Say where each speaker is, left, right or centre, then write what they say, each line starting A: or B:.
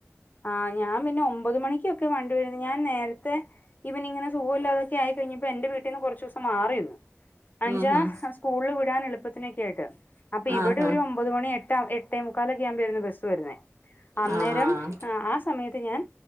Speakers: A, on the left; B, on the right.
A: ആഹ് ഞാൻ പിന്നെ ഒമ്പത് മണിക്കൊക്കെ വണ്ടിവരുന്നു ഞാൻ നേരത്തെ ഇവനിങ്ങനെ സുഖിലതൊെയി കഴഞ്ഞപ്പോ എന്റെ വീട്ടിന്ന് കുറച്ച് - <unintelligible> മാറി <unintelligible> അഞ്ചാ
B: ഉം ഹും
A: സ്കൂളിൽ വിടൻ എളുപ്പത്തിനൊക്കെ ആയിട്ട് അപ്പൊ ഇവിടെഒരു
B: ആഹാ
A: - പൊതുമണി എട്ട് എട്ടേ മുക്കാലൊക്ക ആവുമ്പോ വരരുന്നു ബസ്സ് വരുന്നേ അന്നേരം
B: ആഹ്
A: ആ സമയത്ത് ഞാൻ